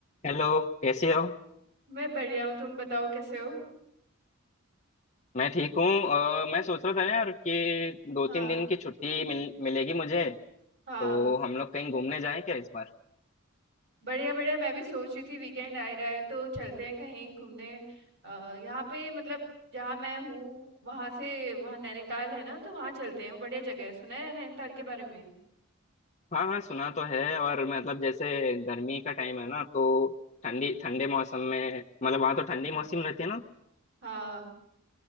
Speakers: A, on the left; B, on the right.
A: Hello कैसे हो
B: मैं बढ़िया हूँ तुम बताओ कैसे हो
A: मैं ठीक हूँ अ, मैं सोच रहा था यार कि दो
B: हाँ
A: तीन दिन की छुट्टी मिल, मिलेगी मुझे
B: हाँ
A: तो हम लोग कहीं घूमने जाएं क्या इस बार
B: बढ़िया बढ़िया मैं भी सोच रही थी वीकेंड आ ही रहा है तो चलते हैं कहीं घूमने अ, यहाँ पे मतलब जहाँ मैं हूँ वहाँ से वहाँ नैनीताल है ना तो वहाँ चलते हैं वो बढ़िया जगह है सुना है नैनीताल के बारे में
A: हाँ हाँ सुना तो है और मतलब जैसे गर्मी का टाइम है ना तो ठंडी ठंडे मौसम में मतलब वहाँ तो ठंडी
B: हाँ
A: मौसम रहती है ना
B: हाँ